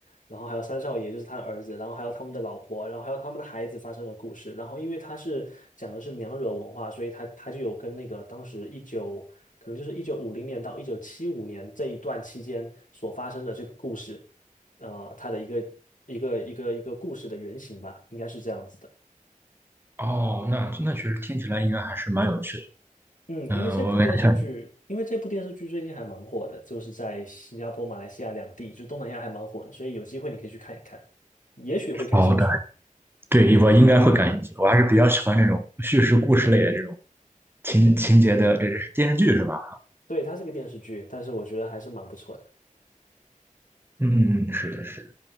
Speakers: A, on the left; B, on the right.
A: 然后还有三少爷，就是他的儿子，然后还有他们的老婆，然后还有他们的孩子发生的故事。然后因为他是讲的是娘惹文化，所以他他就有跟那个当时一九，可能就是一九五零年到一九七五年这一段期间所发生的这个故事，呃，它的一个一个一个一个故事的原型吧，应该是这样子的。
B: 哦，那那确实听起来应该还是蛮有趣的。
A: 嗯，
B: 嗯、
A: 因为这部电视剧，
B: 我感觉像。
A: 因为这部电视剧最近还蛮火的，就是在新加坡、马来西亚两地，就东南亚还蛮火的，所以有机会你可以去看一看，也许会感兴趣。
B: 好的。对，我应该会感兴趣。我还是比较喜欢这种叙事故事类的这种情情节的，
A: 对对，
B: 这是电视剧是吧？
A: 对，它是个电视剧，但是我觉得还是蛮不错的。
B: 嗯，是的，是的。